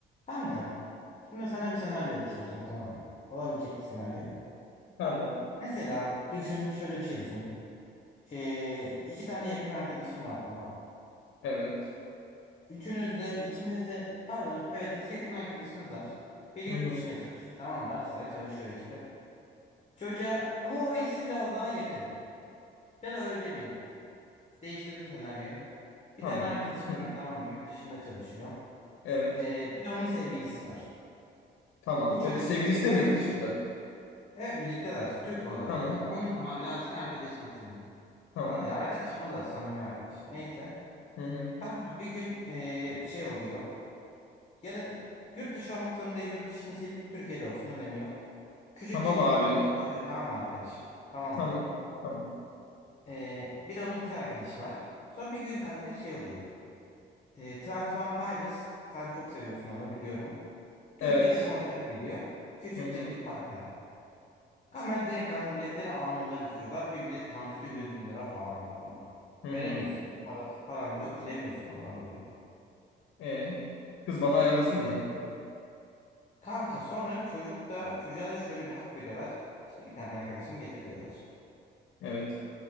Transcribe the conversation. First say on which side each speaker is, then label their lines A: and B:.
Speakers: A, on the left (about 35°); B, on the left (about 80°).
A: Kanka, şimdi sana bir senaryo oluşturacağım tamam mı? Olabilecek bir senaryo.
B: Tamam.
A: Mesela düşün, şöyle bir şey düşün. Ee, iki tane yakın arkadaşım var tamam.
B: Evet.
A: Üçünüz de, ikiniz de, pardon, evet iki yakın arkadaşınız var. Biri yurt
B: Hı hı.
A: dışına çalışıyor tamam mı? Ara sıra çalışıyor işte. Çocuğa, ama o ikisi biraz daha yakın. Ya da öyle demeyeyim. Değiştirdim senaryoyu. Bir
B: Tamam.
A: tane arkadaşım
B: Hı.
A: var tamam mı? Yurt dışında çalışıyor.
B: Evet.
A: Ee, bir de onun sevgilisi var.
B: Tamam.
A: Bu çocuk,
B: O da sevgilisi de
A: ben
B: mi yurt dışında?
A: Evet birlikteler. Türk o da.
B: Tamam.
A: Yani onun ama birazcık arkadaşın senin.
B: Tamam.
A: Anladın ya? Arkadaşın o da samimi arkadaşın. Neyse.
B: Hı hı.
A: Kanka bir gün eee, şey oluyor. Ya da yurt dışı olmak zorunda değil. Yurt dışını sil. Türkiye'de olsun. Önemi yok. Küçük
B: Tamam
A: çiftlik
B: abi.
A: parkta çalışıyor. Tamam mı arkadaşın? Tamam
B: Tamam.
A: mı?
B: Tamam.
A: Eee, bir de onun kız arkadaşı var. Sonra bir gün kanka şey oluyor. Eee Twenty One Pilots. Sen çok seviyorsun onu biliyorum. Türkiye'de
B: Evet.
A: konsere geliyor. Küçük
B: Hı hı.
A: çiftlik parkta. Hemen direkt kanka biletleri anında bitiriyorlar. Bir bilet tanesi de 100 bin lira falan anladın mı?
B: Hı
A: Veremiyorsun.
B: hı.
A: yani. Para, paran da yok gidemiyorsun ondan dolayı.
B: E, kız bana ayarlasın
A: Ee,
B: mı?
A: kanka sonra çocuk da çocuğa da şöyle bir hak veriyorlar. İşte bir tane arkadaşını getir diyorlar.
B: Evet.